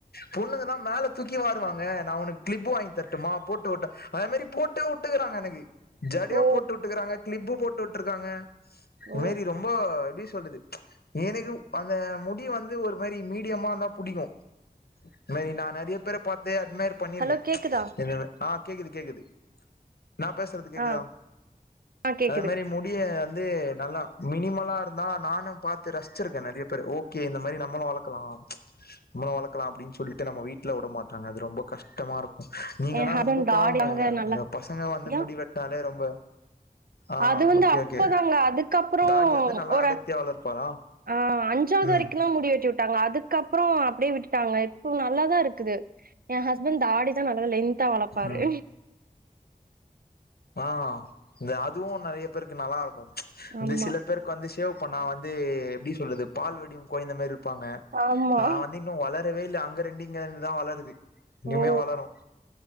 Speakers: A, on the left (about 90°); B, on the right (about 70°).
A: பொண்ணுங்க தா மேல தூக்கி வாருவாங்க நா உனக் க்ளிபு வாங்கி தரட்டுமா போட்டு விட்டு அதே மாரி போட்டே உட்டுக்குறாங்க எனக்கு ஜடயு
B: ஓ
A: போட்டு விட்டுக்குறாங்க ளிப்பு போட்டு விட்ருக்காங்க <unintelligible>
B: ஓ
A: ரொம்ப எப்டி சொல்றது எனக்கு அந்த முடி வந்து ஒரு மாரி மீடியமா இருந்தா புடிக்கு இந்த <unintelligible> நா நெறைய பேர பாத்தே இந்த மாரி பண்ணிருக்கேன்
B: ஹலோ கேக்குதா
A: என்னது ஆ கேக்குது கேக்குது நா பேசறது கேக்குதா
B: ஆ ஆ கேக்குது
A: அது மாரி முடிய <unintelligible> வந்து நல்லா மினிமலா இருந்தா நானு பாத்து ரசிச்சிருக்கே நறைய பேரு ஓகே இந்த மாரி நம்மளு வளக்கலா நம்மளு வளக் கலா அப்டின்னு சொல்லிட்டு நம்ம வீட்ல உடமாட் டாங்க அது ரொம்ப கஷ்டமா இருக் நீங்கலா
B: எ ஹஸ்பண்ட்
A: ரொம்ப
B: டாடி
A: பாவங்க
B: அங்க நல்லா
A: பசங்க வந்து
B: யா
A: முடி வெட்னாலே ரொம்ப ஆ
B: அது வந்து
A: ஓகே
B: அப்பதாங்க
A: ஓகே
B: அதுக்கப்புறொ
A: தாடி
B: ஓ
A: வந்து நல்லா
B: ஒரு
A: அடர்த்தியா வளர்ப்பாரா
B: ஆ அஞ்சாவது
A: ம்
B: வரைக்குந்தா முடி வெட்டி விட்டாங்க அதுக்கு கப்புறோம் அப்டியே விட்டுட்டாங்க இப்பொ நல்லா தா இருக்குது எ ஹஸ்பண்ட் தாடி தா நல் ல லென்தா வளப்பாரு
A: ம் ஆ இந்த அதுவு நெறைய பேருக்கு நல்லா ம் இந்த
B: ஆமா
A: சில பேர்க்கு வந்து ஷேவ் பன்னா வந்து எப்படி சொல்றது பால் வடியு கொழந்த மாரிருப் பாங்க
B: ஆமா
A: ஆ வந்து இன்னு வள இந்த வேயில்ல அங்க ரெண்டு இங்க ரெண்டுதா வளருது இனிமே
B: ஓ
A: வளரும்